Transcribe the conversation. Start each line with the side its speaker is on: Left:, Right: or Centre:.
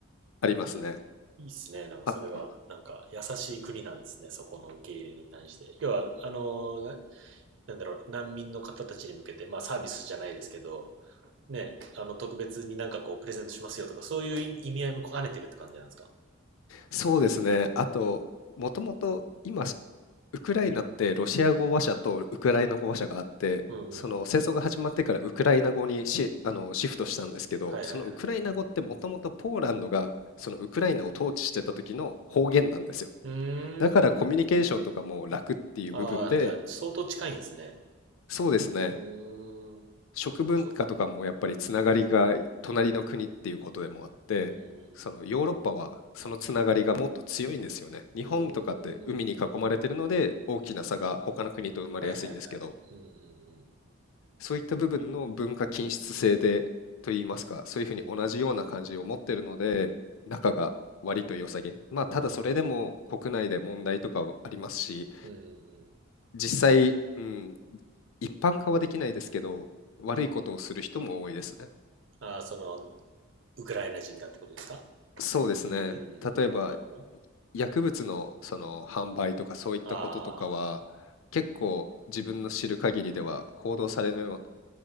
Left: ありますね。
Right: いいっすね。なんかそれは、
Left: あ
Right: なんか優しい国なんですね。そこの受け入れに対して。要は、あのな、なんだろう、難民の方たちに向けて、まあサービスじゃないですけど、ね、あの、特別になんかこう、プレゼントしますよとか、そういう意味合いも兼ねてるって感じなんですか。
Left: そうですね。
Right: うん。
Left: あと、もともと今、ウクライナってロシア語話者とウクライナ語話者があって、
Right: うんうんうん。
Left: その戦争が始まってからウクライナ語にシ、あの、シフトしたんですけど、
Right: はいはいはい。
Left: そのウクライナ語ってもともとポーランドがそのウクライナを統治してた時の方言なんですよ。
Right: うーん。
Left: だからコミュニケーションとかも楽っていう部分で、
Right: ああ、じゃあ、相当近いんですね。
Left: そうですね。
Right: うーん。
Left: 食文化とかもやっぱりつながりが隣の国っていうことでもあって、
Right: そうかそうか。うーん。
Left: そのヨーロッパはそのつながりがもっと強いんですよね。日本とかって海に囲まれてるので大きな差が他の国と生まれやすいんですけど、
Right: うーん。はいはいはい。うんうんうん。
Left: そういった部分の文化均質性でといいますか、そういうふうに同じような感じを持ってるので、
Right: うんうん
Left: 仲が割と良さげ。まあただそれでも国内で問題とかはありますし、
Right: うんうんうん
Left: 実際、うん、一般化はできないですけど、悪いことをする人も多いですね。
Right: ああ、その、ウクライナ人がってことですか
Left: そうですね。
Right: うんうんうん、なるほど、
Left: 例えば、
Right: なるほど。
Left: 薬物のその販売とかそういったこととかは、
Right: ああ、
Left: 結構自分の知る限りでは報道される